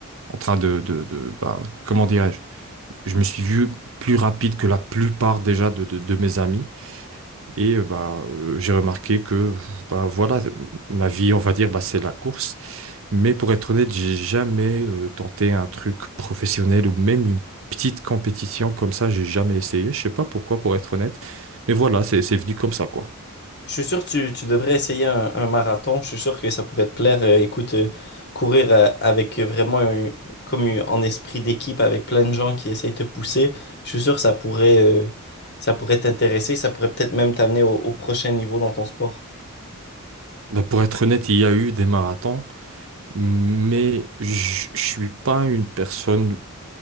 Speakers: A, on the right; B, on the left.
A: en train de, de, de bah, comment dirais-je? je me suis vu plus rapide que la plupart déjà de, de, de mes amis. Et euh, bah, euh, j'ai remarqué que bah, voilà, ma vie, on va dire, bah, c'est la course. Mais pour être honnête, j'ai jamais euh, tenté un truc professionnel ou même une petite compétition comme ça, j'ai jamais essayé. Je sais pas pourquoi, pour être honnête. Mais voilà, c'est c'est venu comme ça, quoi.
B: Je suis sûr que tu, tu devrais essayer un, un marathon. Je suis sûr que ça pourrait te plaire. Euh, écoute, euh, courir euh, avec vraiment un- comme une- en esprit d'équipe avec plein de gens qui essayent de te pousser. Je suis sûr que ça pourrait, euh, ça pourrait t'intéresser. Ça pourrait peut-être même t'amener au, au prochain niveau dans ton sport.
A: Bah, pour être honnête, il y a eu des marathons, mais je je suis pas une personne